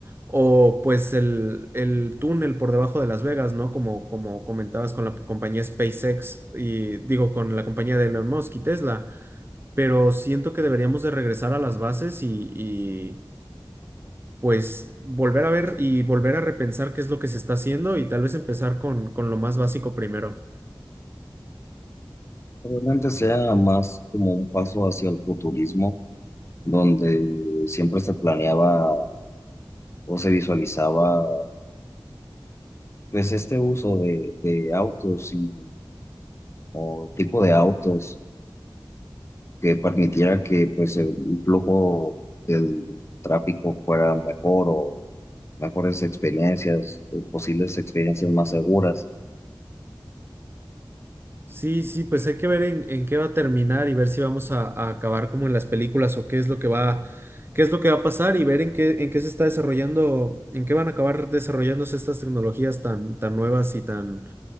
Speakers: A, on the right; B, on the left.
A: o pues el, el túnel por debajo de Las Vegas, ¿no? Como, como comentabas con la compañía SpaceX y digo, con la compañía de Elon Musk y Tesla pero siento que deberíamos de regresar a las bases y, y, pues volver a ver y volver a repensar qué es lo que se está haciendo y tal vez empezar con, con lo más básico primero.
B: Probablemente sea más como un paso hacia el futurismo, donde siempre se planeaba o se visualizaba pues este uso de, de autos y o tipo de autos que permitiera que pues el flujo del tráfico fuera mejor o mejores experiencias, o posibles experiencias más seguras.
A: Sí, sí, pues hay que ver en, en qué va a terminar y ver si vamos a, a acabar como en las películas o qué es lo que va, qué es lo que va a pasar y ver en qué, en qué se está desarrollando, en qué van a acabar desarrollándose estas tecnologías tan, tan nuevas y tan,